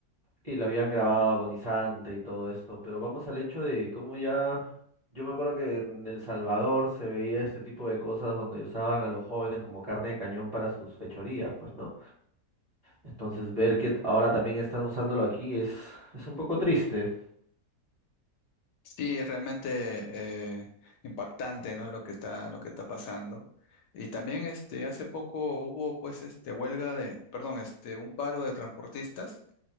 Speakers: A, on the right; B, on the left.
A: y la habían grabado agonizante y todo esto. Pero vamos al hecho de cómo ya... Yo me acuerdo que en El Salvador se veía este tipo de cosas donde usaban a los jóvenes como carne de cañón para sus fechorías, pues, ¿no? Entonces ver que ahora también están usándolo aquí es, es un poco triste.
B: Sí, realmente eh, impactante, ¿no? Lo que está, lo que está pasando. Y también, este, hace poco hubo, pues, este, huelga de, perdón, este, un paro de transportistas